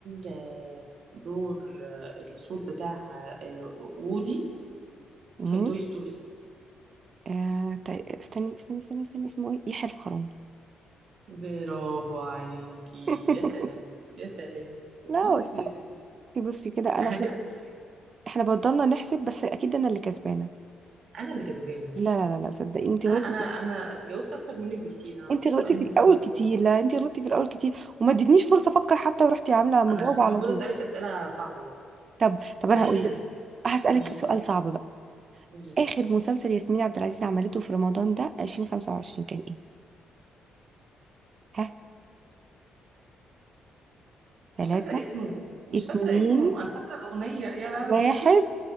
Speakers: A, on the right; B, on the right.
A: آه دور آه الصوت بتاع آه وودي
B: امم
A: في توي ستوري
B: آه طيب استني استني استني استني اسمه ايه يحيى الفخراني
A: برافو عليكي
B: <laughs>
A: يا سلام يا سلام مفيش
B: لا هو استني
A: يعني
B: بصي كده انا
A: احنا
B: احنا
A: كده كام
B: احنا بضلنا نحسب بس اكيد انا اللي كسبانة
A: انا اللي كسبانة
B: لا لا لا لا صدقيني انت غلطتي
A: انا انا
B: في...
A: انا جاوبت اكتر منك بكتير انا
B: انت
A: في
B: غلطتي
A: سؤالين
B: في الاول
A: بس ما عرفتهم
B: كتير لا انت غلطتي في الاول كتير وما ادتنيش فرصة افكر حتى ورحتي عاملة مجاوبة
A: انا كان
B: على
A: المفروض
B: طول
A: اسالك اسئله صعبه بقى
B: طب طب
A: تعالي
B: انا هقول
A: لي
B: لك
A: هنا
B: هسألك
A: قولي
B: سؤال
A: لي
B: صعب بقى
A: قولي لي
B: اخر مسلسل ياسمين عبد العزيز عملته في رمضان ده 2025 كان ايه ها ثلاثة
A: مش فاكره اسمه مش
B: اتنين
A: فاكره اسمه انا فاكره الاغنيه يا لهوي
B: واحد